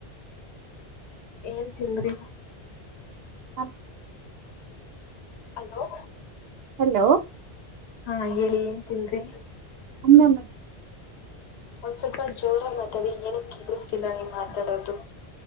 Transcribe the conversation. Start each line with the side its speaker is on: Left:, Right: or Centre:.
Left: ಏನ್ ತಿಲ್್ರಿ
Right: ಹ
Left: ಹಲೋ
Right: ಹಲೋ
Left: ಹಾ ಹೇಳಿ ಏನ್ ತಿನ್ಿ
Right: ಅಂದಾಮ
Left: ಒಂದ್ ಸ್ವಲ್ಪ ಜೋರ ಮಾತಾಡಿ ಏನು ಕಿಸ್ತಿಲ್ಲ ನೀ ಮಾತಾಡೋದು.